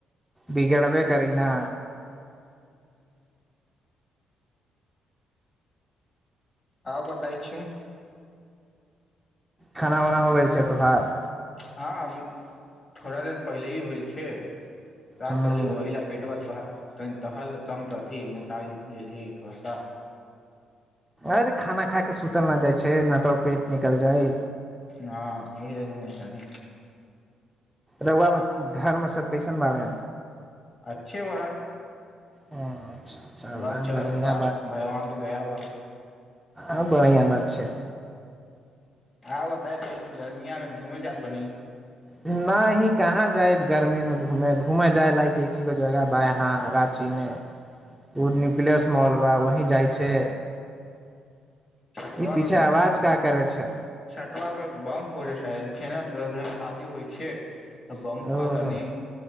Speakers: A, in the centre; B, on the left.
A: बिगड़बे करी न
B: आओर बताय छै
A: खाना वना हो गेल छै तो हार
B: हँ अभी थोड़ा देर पहिले ही होइल छो त
A: ह
B: ती वहिला पेटवत टहल तनी मोटा गेलही थोड़ासा
A: अरे खाना खा के सुतल न जाय छै न तऽ पेट निकल जाय
B: हँ एहि तनी
A: रहुआ घरमे सब कैसन बारे
B: अच्छे बात
A: अच्छा चल
B: बा बस चलत
A: बढ़िया
B: बा भगवान के दया बा
A: आँ बढ़िआ बात छै
B: हँ बताय त गर्मिया मे घूम जातह
A: नही कहाँ जाय गर्मीमे घूमय घूमय जाय लायक एक गो जगह बा हा राँची मे ओ न्यूक्लियस मॉल बा वही जाइ छै
B: छतबा
A: ई पीछे
B: पर
A: आवाज का करे छै
B: छतबा पे बम फोरेस् छै ने शादि होइ छै तऽ बम फोड़े
A: ओ
B: तनी
A: ह